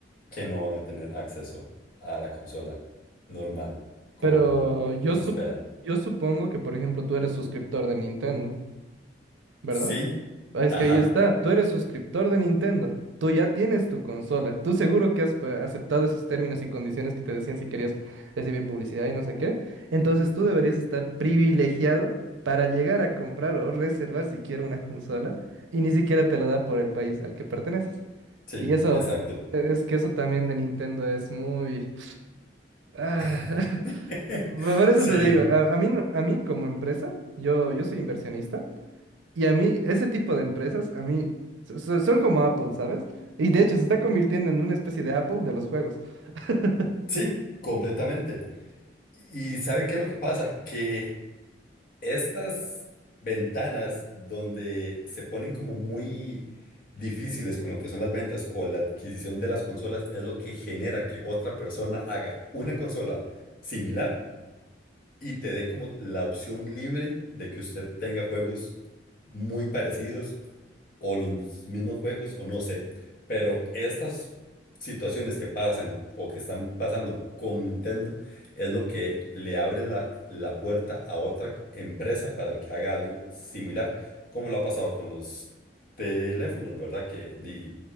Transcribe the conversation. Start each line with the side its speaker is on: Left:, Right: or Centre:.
Left: que no van a tener acceso a la consola normal, como,
Right: Pero yo,
Left: como
Right: sup-
Left: se espera.
Right: yo supongo que, por ejemplo, tú eres suscriptor de Nintendo, ¿verdad?
Left: Sí,
Right: Ah, Es
Left: ajá.
Right: que ahí está, tú eres suscriptor de Nintendo, tú ya tienes tu consola, tú seguro que has eh, aceptado esos términos y condiciones que te decían si querías recibir publicidad y no sé qué, entonces tú deberías estar privilegiado para llegar a comprar o reservar siquiera una consola y ni siquiera te la da por el país al que perteneces.
Left: Sí,
Right: Y eso,
Left: exacto.
Right: eh, es que eso también de Nintendo es muy... Ah,
Left: <laughs>
Right: <laughs> Por eso
Left: Sí,
Right: te digo, a, a mí, no- a mí como empresa, yo, yo soy inversionista. Y a mí, ese tipo de empresas, a mí, so- so- son como Apple, ¿sabes? Y de hecho, se está convirtiendo en una especie de Apple de los juegos. <laughs>
Left: sí, completamente. ¿Y sabe qué es lo que pasa? Que estas ventanas donde se ponen como muy difíciles con lo que son las ventas o la adquisición de las consolas es lo que genera que otra persona haga una consola similar y te dé como la opción libre de que usted tenga juegos muy parecidos o los mismos juegos o no sé, pero estas situaciones que pasan o que están pasando con Nintendo es lo que le abre la, la puerta a otra empresa para que haga algo similar, como lo ha pasado con los teléfonos, ¿verdad? Que di-